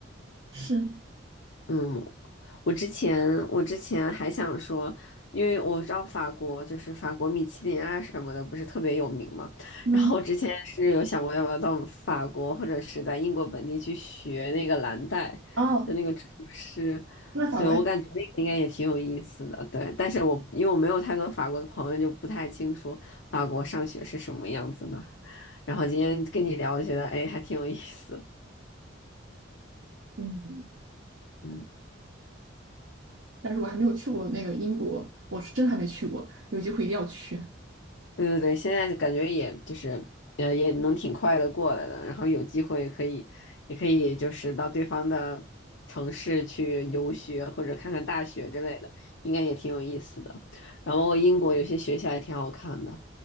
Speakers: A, on the right (about 70°); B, on the left (about 70°).
A: 是，
B: 嗯，我之前我之前还想说，因为我知道法国就是法国米其林啊什么的，不是特别有名嘛。
A: 嗯，
B: 然后我之前是有想过要不要到法国或者是在英国本地去学那个蓝带的那个厨师，
A: 哦，那法国还
B: 所以我感觉那个应该也挺有意思的。对，但是我因为我没有太多法国的朋友，就不太清楚法国上学是什么样子的。然后今天跟你聊，觉得哎还挺有意思。
A: 嗯。
B: 嗯。
A: 但是我还没有去过那个英国，我是真还没去过，有机会一定要去。
B: 对对对，现在感觉也就是呃也能挺快的过来的，然后有机会可以也可以就是到对方的城市去游学或者看看大学之类的，应该也挺有意思的。然后英国有些学校也挺好看的，